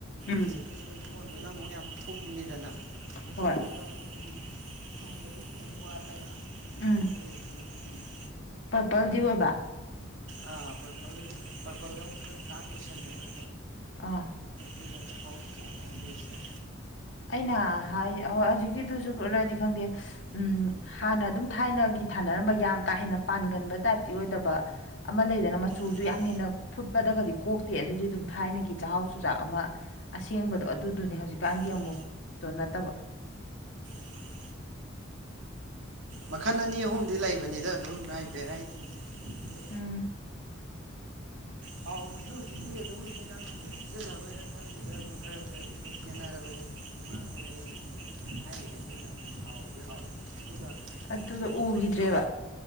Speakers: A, on the left; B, on the right.
A: ꯎꯝ
B: ꯍꯧꯖꯤꯛꯀꯤ ꯁꯣꯏ ꯐꯣꯟꯗꯨꯅ ꯑꯃꯨꯛ ꯌꯥꯝ ꯊꯨꯝꯃꯤꯗꯅ ꯍꯧꯖꯤꯛꯀꯤꯗꯨꯅ
A: ꯍꯣꯏ
B: ꯑꯃꯨꯛ ꯊꯨꯝꯕꯗꯤ ꯈꯤꯇꯪ ꯋꯥꯠꯂꯒ
A: ꯎꯝ
B: ꯑꯩꯈꯣꯏ ꯀꯃꯥꯏ ꯍꯥꯏꯗꯣꯏꯅꯣ
A: ꯄꯔꯄꯜꯗꯤ ꯑꯣꯏꯕ
B: ꯑꯥ ꯄꯔꯄꯜ-ꯄꯔꯄꯜꯗ ꯑꯃꯨꯛ ꯈꯔ ꯗ ꯀꯣꯏꯁꯟꯗ ꯀꯣ
A: ꯑꯥ
B: ꯑꯩꯈꯣꯏꯅꯆꯦ ꯍꯥꯎꯁꯨꯗꯥꯛꯀ ꯂꯩꯖꯗ
A: ꯑꯩꯅ ꯍꯥꯏ ꯍꯧꯖꯤꯛꯀꯤꯗꯨꯁꯨꯔꯗꯤ ꯈꯪꯗꯦ ꯎꯝ ꯍꯥꯟꯅ ꯑꯗꯨꯝ ꯊꯥꯏꯅꯒꯤ ꯊꯥꯅꯔꯝꯕ ꯌꯥꯝ ꯀꯥ ꯍꯦꯟꯅ ꯄꯥꯟꯒꯟꯕ ꯇꯥꯏꯞꯀꯤ ꯑꯣꯏꯗꯕ ꯑꯃ ꯂꯩꯗꯅ ꯃꯆꯨꯁꯨ
B: ꯑꯥ
A: ꯌꯥꯝ ꯍꯦꯟꯅ ꯐꯨꯠꯄꯗꯒꯗꯤ ꯀꯣꯛꯇꯦ ꯑꯗꯨꯗꯤ ꯑꯗꯨꯝ ꯊꯥꯏꯅꯒꯤ ꯆꯥꯛꯍꯥꯎ ꯆꯨꯖꯥꯛ ꯑꯃ ꯑꯁꯦꯡꯕꯗꯣ ꯑꯗꯨꯗꯨꯅꯦ ꯍꯧꯖꯤ ꯀꯥꯟ
B: ꯍꯣꯏ
A: ꯑꯃꯨꯛꯇ ꯅꯠꯇꯕ
B: ꯎꯝ ꯃꯈꯜ ꯑꯅꯤ ꯑꯍꯨꯝꯗꯤ ꯂꯩꯕꯅꯤꯗ ꯑꯗꯨꯝ ꯃꯥꯏ ꯚꯦꯔꯥꯏꯇꯤꯁꯦ ꯑꯗꯣ
A: ꯎꯝ
B: ꯍꯥꯎꯕꯁꯨ ꯍꯧꯖꯤꯛꯇꯤ ꯑꯗꯨꯝ ꯍꯤꯗꯥꯛ ꯂꯥꯡꯊꯛ ꯁꯤꯖꯤꯟꯅꯕꯩꯗ ꯈꯪꯗꯦꯗ ꯑꯗꯨꯝ ꯈꯔ ꯈꯔꯗꯤ ꯑꯗꯨꯝ ꯈꯦꯟꯅꯔꯕꯅꯤ ꯑꯃꯥꯡ ꯑꯩꯒꯤ ꯊꯥꯏꯅꯉꯩꯒꯤꯅ ꯑꯗꯨꯝ ꯍꯥꯎꯕꯗꯤ ꯍꯥꯎꯕꯅꯤ ꯑꯗꯨꯒ
A: ꯑꯗꯨꯗꯣ
B: ꯁ꯭ꯋꯤꯠ
A: ꯎꯈꯤꯗ꯭ꯔꯦꯕ
B: ꯀꯣꯟꯟꯁꯨ